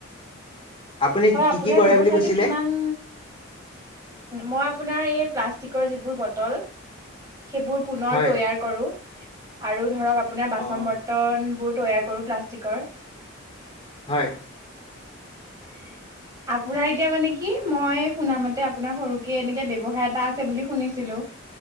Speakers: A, on the left; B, on the right.
A: আপুনি
B: হয়
A: কি
B: আপোনাৰ
A: কি কৰে
B: ব্যৱসায়টো
A: বুলি কৈছিলে
B: কিমান মই আপোনাৰ এই প্লাষ্টিকৰ যিবোৰ বটল সেইবোৰ পুনৰ
A: হয়
B: তৈয়াৰ কৰো আৰু ধৰক আপোনাৰ বাচন
A: অ
B: বৰ্তন বোৰ তৈয়াৰ কৰো প্লাষ্টিকৰ
A: হয়
B: <unintelligible> আপোনাৰ এতিয়া মানে কি মই শুনামতে আপোনাৰ সৰুকে এনেকে ব্যৱসায় এটা আছে বুলি শুনিছিলো